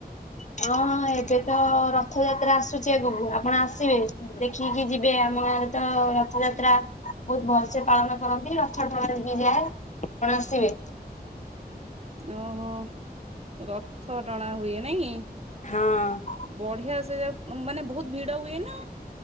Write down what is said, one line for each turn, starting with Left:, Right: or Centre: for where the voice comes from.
Left: ହଁ ଏବେ ତ ରଥଯାତ୍ରା ଆସୁଚି ଆଗକୁ ଆପଣ ଆସିବେ। ଦେଖିକି ଯିବେ ଆମ ଗାଁରେ ତ ରଥଯାତ୍ରା ବୋହୁତ ଭଲସେ ପାଳନ କରନ୍ତି ରଥ ଟଣା ବି ଯାଏ ଆପଣ ଆସିବେ।
Right: ଓହୋ ରଥ ଟଣାହୁଏ ନାଇଁ?
Left: ହଁ
Right: ବଢିଆ ସେ ଯାଗା ମାନେ ବୋହୁତ ଭିଡ ହୁଏ ନା